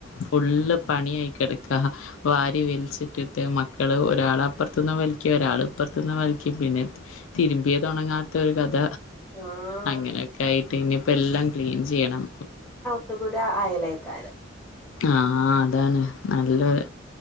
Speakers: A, on the left; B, in the centre.
A: ഫുള് പണിയായി കെടക്ക വാരി വലിച്ചിട്ടിട്ട് മക്കള് ഒരാള് അപ്പുറത്തുന്ന് വലിക്കും ഒരാൾ ഇപ്പുറത്തന്ന് വലിക്കും പിന്നെ തിരുമ്പിയതൊണങ്ങാത്ത ഒരു കഥ
B: ആഹ്
A: അങ്ങനെയൊക്കായിട്ട് ഇനിപ്പ എല്ലം ക്ലീൻ ചെയ്യണം
B: ത്തുകൂടിയാ അയലേക്കാരം
A: ആആ അതാണ് നല്ലൊര്